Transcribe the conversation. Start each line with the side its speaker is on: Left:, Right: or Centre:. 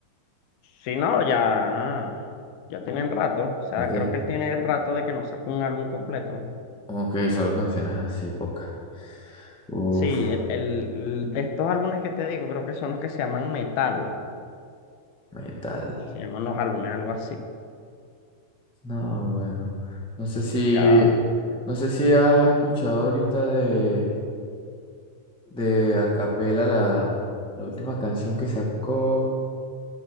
Left: Sí, no, ya, ya tienen rato, o sea,
Centre: Ya tiene.
Left: creo que él tiene rato de que no saca un álbum completo.
Centre: Ok, solo canciones así, pocas. Uf,
Left: Sí, el, el- el de estos álbumes que te digo, creo que son los que se llaman Metal,
Centre: metal.
Left: se llaman los álbumes, algo así,
Centre: No, bueno. No sé si,
Left: ya,
Centre: no sé si has escuchado ahorita de, de Acapela la, la última canción que sacó.